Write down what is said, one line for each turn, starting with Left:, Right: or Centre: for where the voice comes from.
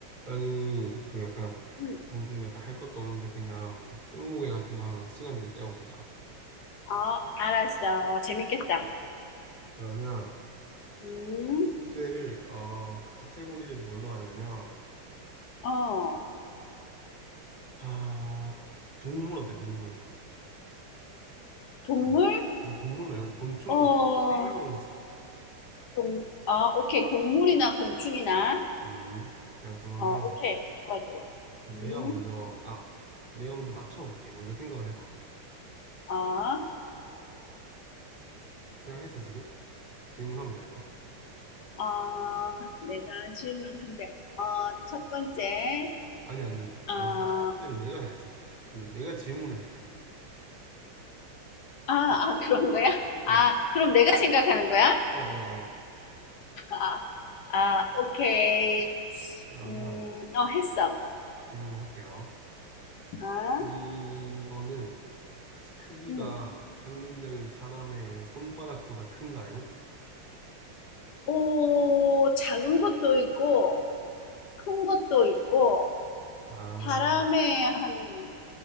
Right: 아니, 그 약간,
Left: 음,
Right: 우리 지금 약간 할 것도 없는데 그냥 스무고개 같은 거 하면 시간 좀 때워보자.
Left: 어, 알았어. 재밌겠다.
Right: 그러면
Left: 음,
Right: 주제를, 어, 그 카테고리를 뭘로 하냐면,
Left: 어,
Right: 아, 동물 어때, 동물?
Left: 동물?
Right: 아, 뭐 동물 말고 곤충도
Left: 어,
Right: 돼. 생명체.
Left: 동, 어, 오케이. 동물이나 곤충이나.
Right: 음, 자, 그러면
Left: 어, 오케이. 좋아, 좋아. 음,
Right: 내가 먼저, 아, 내가 먼저 맞춰볼게. 먼저 생각을 해봐.
Left: 어,
Right: 생각했어, 지금? 질문하면 되는 거야?
Left: 어, 내가 질문을 한대. 어, 첫 번째.
Right: 아니, 아니,
Left: 어,
Right: 아니,
Left: 아,
Right: 첫 번째를 내가 해야지. 그, 내가 질문을 해야지.
Left: 아, <laughs> 그런 거야? 아,
Right: 음,
Left: 그럼 내가 생각하는 거야?
Right: 어, 어, 어.
Left: 아, 아, 오케이.
Right: 그러면
Left: 음, 어, 했어.
Right: 질문을 할게요.
Left: 아,
Right: 이거는 크기가
Left: 음.
Right: 평균적인 사람의 손바닥보다 큰가요?
Left: 오, 작은 것도 있고, 큰 것도 있고,
Right: 아,
Left: 사람의 한,